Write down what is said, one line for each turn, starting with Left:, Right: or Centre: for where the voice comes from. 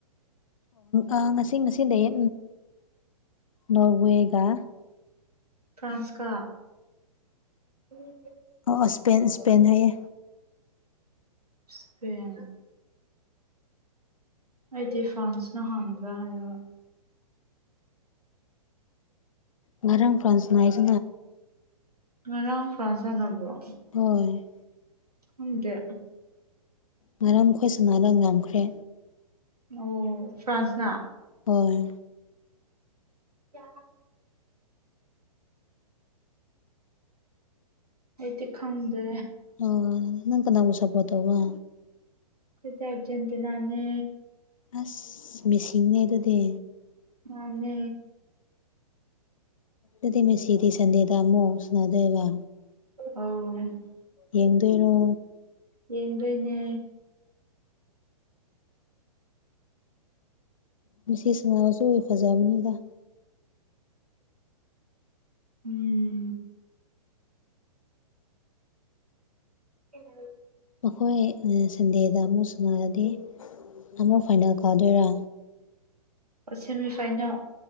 Left: ꯑꯣ ꯉꯁꯤ ꯉꯁꯤ ꯂꯩꯌꯦ ꯅꯣꯔꯋꯦꯒ
Right: ꯐ꯭ꯔꯥꯟꯁꯀ ꯎꯝ
Left: ꯑꯣ ꯑꯁ ꯁ꯭ꯄꯦꯟ ꯁ꯭ꯄꯦꯟ ꯍꯥꯏꯌꯦ
Right: ꯏꯁꯄꯦꯟ ꯑꯩꯗꯤ ꯐ꯭ꯔꯥꯟꯁꯅ ꯍꯥꯟꯕ꯭ꯔꯥ ꯍꯥꯏꯔꯒ
Left: ꯉꯔꯥꯡ ꯐ꯭ꯔꯥꯟꯁ ꯁꯥꯅꯩ <unintelligible>
Right: ꯉꯔꯤꯡ ꯐ꯭ꯔꯥꯥꯟꯁ ꯁꯅꯥꯕ꯭ꯔꯣ
Left: ꯍꯣꯏ
Right: ꯈꯪꯗ꯭ꯔꯦ
Left: ꯉꯔꯥꯡ ꯈꯣꯏ ꯁꯅꯕ ꯉꯝꯈ꯭ꯔꯦ
Right: ꯑꯣ ꯐ꯭ꯔꯥꯟꯁꯅ
Left: ꯑꯣꯏ
Right: ꯌꯥ ꯑꯩꯗꯤ ꯈꯪꯗꯦ
Left: ꯑꯣꯢ ꯅꯪ ꯀꯅꯥꯕꯨ ꯁꯄꯣꯠ ꯇꯧꯕ
Right: ꯑꯩꯗꯤ ꯑꯔꯖꯦꯟꯇꯤꯅꯥꯅꯦ
Left: ꯑꯁ ꯃꯦꯁꯤꯅꯦ ꯑꯗꯨꯗꯤ
Right: ꯃꯥꯅꯦ
Left: ꯑꯗꯨꯗꯤ ꯃꯁꯤꯗꯤ ꯁꯟꯗꯦꯗꯃꯣ ꯁꯅꯥꯗꯣꯢꯕ
Right: ꯑꯣ
Left: ꯌꯦꯡꯗꯣꯢꯔꯣ
Right: ꯌꯦꯡꯗꯣꯏꯅꯦ
Left: ꯃꯤꯁꯤ ꯁꯅꯕꯁꯨ ꯐꯖꯕꯅꯤꯗ
Right: ꯎꯝ ꯑꯦ <unintelligible>
Left: ꯃꯈꯣꯏ ꯁꯟꯗꯦꯗ ꯑꯃꯨꯛ ꯁꯪꯉꯛꯑꯗꯤ ꯑꯃꯨꯛ ꯐꯥꯏꯅꯦꯜ ꯀꯥꯎꯗꯣꯏꯔꯥ
Right: ꯑ ꯁꯦꯃꯤꯐꯥꯏꯅꯦꯜ